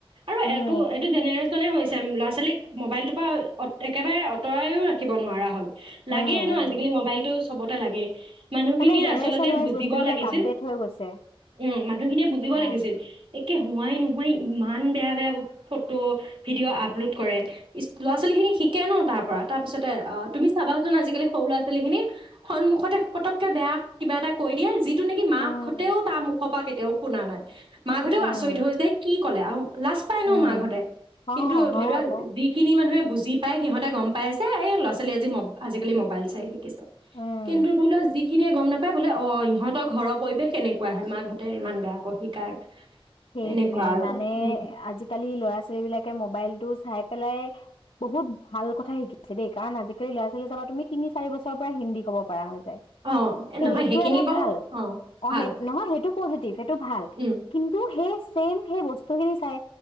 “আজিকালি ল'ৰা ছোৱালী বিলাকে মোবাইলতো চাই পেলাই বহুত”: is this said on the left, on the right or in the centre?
Left